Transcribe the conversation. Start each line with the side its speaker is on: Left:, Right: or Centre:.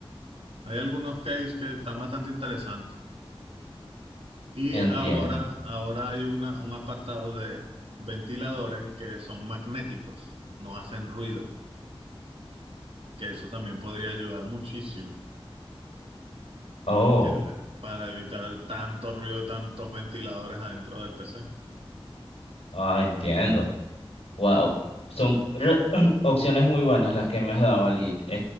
Right: Hay algunos case que están bastante interesantes. Y
Left: Entiendo.
Right: ahora, ahora hay una, un apartado de ventiladores que son magnéticos, no hacen ruido, que eso también podría ayudar muchísimo,
Left: Oh,
Right: porque el- para evitar tanto ruido, tantos ventiladores adentro del PC.
Left: ah, entiendo. Wow. Son re- <clears throat> opciones muy buenas las que me has dado, Ali.